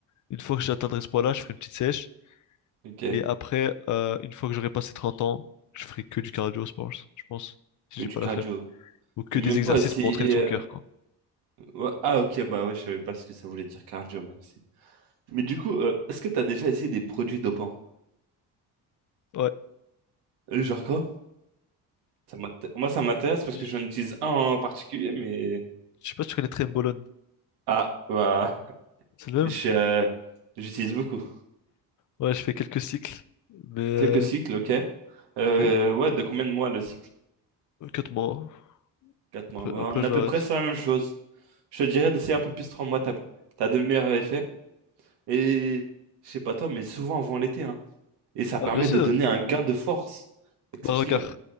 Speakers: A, on the left; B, on the right.
A: Une fois que j'atteindrai ce poids-là, je ferai une petite sèche.
B: ok.
A: Et après, euh, une fois que j'aurai passé 30 ans, je ferai que du cardio, je pense, je pense, si
B: Que
A: j'ai
B: du
A: pas
B: cardio.
A: la flemme. Ou que
B: Et
A: des
B: Même
A: exercices
B: pas essayer.
A: pour entraîner son cœur,
B: euh,
A: quoi.
B: ouais, Ah, ok, bah ouais, je savais pas ce que ça voulait dire cardio, merci. Mais du coup, euh, est-ce que t'as déjà essayé des produits dopants?
A: Ouais.
B: Euh, genre quoi? Ça m'int- Moi, ça m'intéresse parce
A: Je
B: que j'en utilise un en particulier, mais.
A: je sais pas si tu connais très Bolone.
B: Ah, bah.
A: C'est le
B: je,
A: même?
B: euh, J'utilise beaucoup.
A: Ouais, je fais quelques cycles. Mais, euh,
B: Quelques cycles, ok. Euh,
A: mais
B: ouais, de combien de mois le cycle?
A: ok, quatre mois. hein.
B: quatre
A: Après,
B: mois. Ouais,
A: après
B: on est
A: j'arrête.
B: à peu près sur la même chose. Je te dirais d'essayer un peu plus 3 mois, t'as t'as de meilleurs effets. Et je sais pas toi, mais souvent avant l'été, hein. Et ça
A: Ah,
B: permet
A: bien sûr.
B: de donner
A: hein.
B: un gain de force exceptionnel.
A: Bah, regarde.